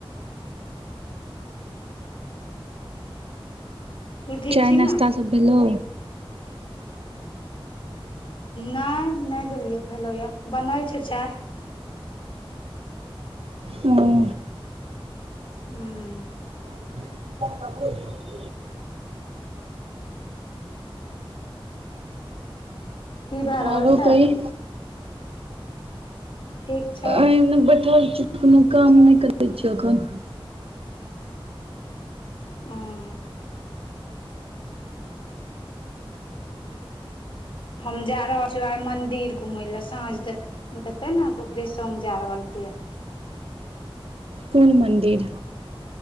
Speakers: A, on the left (about 60°); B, on the right (about 85°).
A: <unintelligible> <unintelligible> तू ठीक
B: चाय
A: छी
B: नाश्ता
A: ने
B: सब भेलो
A: नय नै भेलैया भेलैया बनै छै चाय
B: हूँ
A: हू <unintelligible>
B: <unintelligible>
A: की भए रहल
B: आरो
A: छै
B: कही
A: ठीक छौ
B: <unintelligible> बैठल छी कोनो काम नै करै छी अखन
A: हँ हम जा रहल छीयौ आई मंदिर घुमय लेए साँझ दे देतै ने तऽ ओकरे सग जा रहल छियै
B: कून मन्दिर